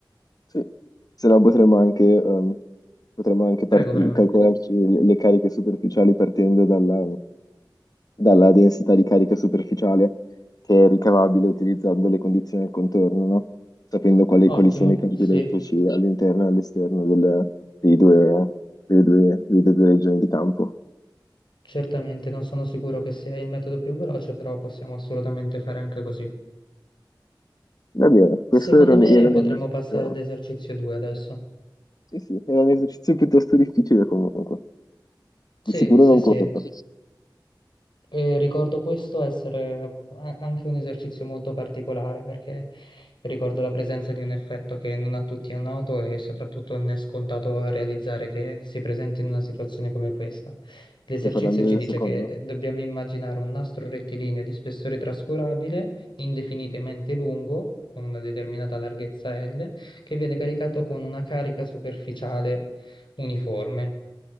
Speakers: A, on the left; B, on the left.
A: Sì, se no potremmo anche, ehm, potremmo anche
B: Prego,
A: par-
B: prego.
A: calcolarci le, le cariche superficiali partendo dalla, dalla densità di carica superficiale che è ricavabile utilizzando le condizioni al contorno, no? Sapendo quali,
B: Ottimo,
A: quali sono i campi
B: sì.
A: elettrici all'interno e all'esterno del- dei due, delle due, delle due regioni di campo.
B: Certamente, non sono sicuro che sia il metodo più veloce, però possiamo assolutamente fare anche così.
A: Va bene, questo
B: Secondo
A: era un,
B: me
A: era un
B: potremmo
A: esercizio,
B: passare all'esercizio 2 adesso.
A: sì, sì, era un esercizio piuttosto difficile comunque,
B: Sì,
A: di sicuro
B: sì,
A: non
B: sì.
A: corto.
B: E ricordo questo essere a- anche un esercizio molto particolare perché ricordo la presenza di un effetto che non a tutti è noto e soprattutto non è scontato realizzare che si presenti in una situazione come questa. L'esercizio
A: Stai parlando
B: ci
A: del
B: dice
A: secondo?
B: che eh, dobbiamo immaginare un nastro rettilineo di spessore trascurabile, indefinitamente lungo, con una determinata larghezza L, che viene caricato con una carica superficiale uniforme.